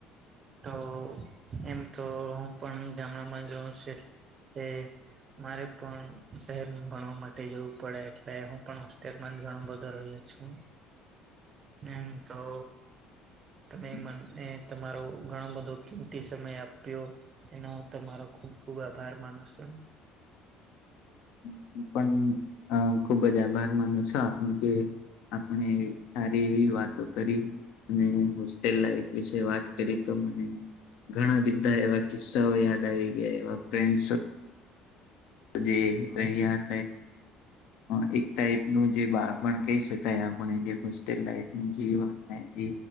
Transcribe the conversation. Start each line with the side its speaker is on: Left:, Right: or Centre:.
Right: તો એમ તો હું પણ ગામડામાં જોઉં છ એ. મારે પણ શહેર ભણવા માટે જવું પડે એટલે હું પણ હોસ્ટેલ આમાં ઘણા બધા રહીએ છીએ. એમ તો. તમે
Left: છે
Right: મને તમારો ઘણો બધો કિંમતી સમય આપ્યો. એનો હું તમારો ખુબ ખુબ આભાર માનું છું.
Left: હ પણ અ ખુબ જ આભાર માનું છો આપનો કે. આપણે સારી એવી વાતો કરી અને હોસ્ટેલ લાઈફ વિશે વાત. કરી તો મને ઘણા બધા એવા કિસ્સાઓ યાદ આવી ગયા એવા ફ્રેન્ડ્સ જે રહી આત. હા એક. ટાઈપનું જે બાળપણ કહી શકાય આપણે જે હોસ્ટેલ લાઈફ નુ જીવન એ.